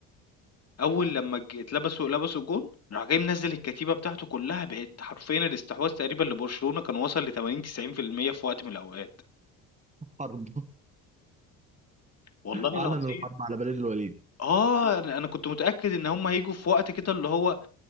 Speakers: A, on the left; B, on the right.
A: أول لمّا ج اتلبسوا لبسوا جون، راح جاي منزّل الكتيبة بتاعته كلّها بقت حرفيًا الاستحواذ تقريبًا لبرشلونة كان وصل ل80، 90% في المية في وقت من الأوقات،
B: حرب
A: والله
B: أعلن
A: العظيم
B: الحرب على بلاد الوليد
A: آه، أنا أنا كنت متأكد إن هُم هييجوا في وقت كده اللي هو